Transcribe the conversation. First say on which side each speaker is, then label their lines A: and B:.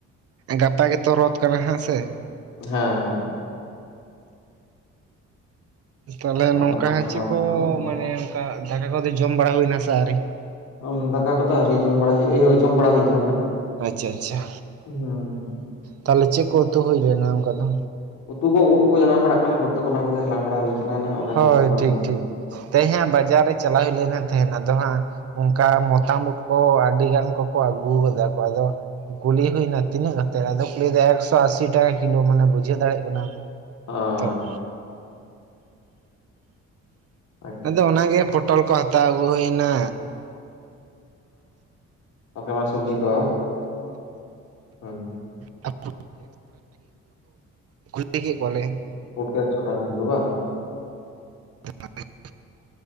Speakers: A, on the right (about 50°); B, on the left (about 75°).
A: ᱜᱟᱯᱟ ᱜᱮᱛᱚ ᱨᱚᱛ ᱠᱟᱱᱟ ᱦᱟᱸᱜ ᱥᱮ᱾
B: ᱦᱮᱸ ᱦᱮᱸ᱾
A: ᱛᱟᱦᱚᱞᱮ ᱱᱚᱝᱠᱟ
B: ᱜᱟᱯᱟ ᱠᱟᱱᱟ
A: ᱪᱮᱫ
B: ᱨᱚᱛᱷ
A: ᱠᱚ
B: ᱵᱟᱝ
A: ᱢᱟᱱᱮ ᱚᱱᱠᱟ ᱫᱟᱠᱟ ᱠᱚᱫᱚ ᱡᱚᱢ ᱵᱟᱲᱟ ᱦᱩᱭᱱᱟ ᱥᱮ ᱟᱨᱠᱤ?
B: ᱟ ᱫᱟᱠᱟ ᱠᱚᱫᱚ ᱟᱣᱨᱤ ᱡᱚᱢ ᱵᱟᱲᱟ, ᱤᱭᱟᱹ ᱡᱚᱢ ᱵᱟᱲᱟ ᱦᱩᱭ ᱟᱠᱟᱱᱟ ᱦᱟᱸᱜ᱾
A: ᱟᱪᱪᱷᱟ ᱟᱪᱪᱷᱟ᱾
B: ᱦᱩᱸ᱾
A: ᱛᱟᱦᱚᱞᱮ ᱪᱮᱫ ᱠᱚ ᱩᱛᱩ ᱦᱩᱭ ᱞᱮᱱᱟ ᱚᱱᱠᱟ ᱫᱚ᱾
B: ᱩᱛᱩ ᱠᱚ ᱩᱫ ᱠᱚ ᱡᱟᱱᱟᱢ ᱵᱟᱲᱟᱜ ᱠᱟᱱᱟ ᱯᱩᱴᱠᱟᱹ ᱠᱚ ᱚᱱᱟ ᱠᱚᱜᱮ ᱦᱟᱞᱟᱝ ᱵᱟᱲᱟ ᱦᱩᱭ ᱟᱠᱟᱱᱟ ᱱᱟᱦᱟᱜ ᱚᱱᱟ
A: ᱦᱳᱭ
B: ᱜᱮ ᱩᱛᱩ ᱵᱟᱲᱟ
A: ᱴᱷᱤᱠ
B: ᱦᱩᱭ ᱠᱟᱱᱟ᱾
A: ᱴᱷᱤᱠ ᱛᱮᱦᱮᱧ ᱦᱟᱸᱜ ᱵᱟᱡᱟᱨ ᱨᱮ ᱪᱟᱞᱟᱣ ᱦᱩᱭ ᱞᱮᱱᱟ ᱛᱮᱦᱮᱱ ᱟᱫᱚ ᱦᱟᱸᱜ ᱚᱱᱠᱟ ᱢᱚᱛᱟᱢ ᱩᱫ ᱠᱚ ᱟᱹᱰᱤ ᱜᱟᱱ ᱠᱚᱠᱚ ᱟᱹᱜᱩ ᱠᱟᱫᱟ ᱠᱚ ᱟᱫᱚ ᱠᱩᱞᱤ ᱦᱩᱭᱱᱟ ᱛᱤᱱᱟᱹᱜ ᱠᱟᱛᱮᱫ ᱟᱫᱚ ᱠᱚ ᱞᱟᱹᱭᱟ ᱮᱠᱥᱚ ᱟᱥᱤ ᱴᱟᱠᱟ ᱠᱤᱞᱳ ᱢᱟᱱᱮ ᱵᱩᱡᱷᱟᱹᱣ ᱫᱟᱲᱮᱭᱟᱜ ᱠᱟᱱᱟᱢ᱾
B: ᱚᱸ
A: ᱛᱚ
B: ᱟᱪᱪᱷᱟ
A: ᱟᱫᱚ
B: ᱟᱪᱪᱷᱟ
A: ᱚᱱᱟᱜᱮ ᱯᱚᱴᱚᱞ ᱠᱚ ᱦᱟᱛᱟᱣ ᱟᱹᱜᱩ ᱦᱩᱭᱱᱟ᱾
B: <inaudible> ᱢᱟ ᱥᱚᱵᱡᱤ ᱠᱚ ᱦᱮᱸ᱾
A: <inaudible> ᱠᱩᱞᱤ ᱠᱮᱜ ᱠᱚᱣᱟᱞᱮ
B: ᱯᱩᱴᱠᱟᱹ ᱮᱠᱥᱚ ᱴᱟᱠᱟ ᱠᱤᱞᱳ ᱵᱟᱝ᱾
A: <unintelligible>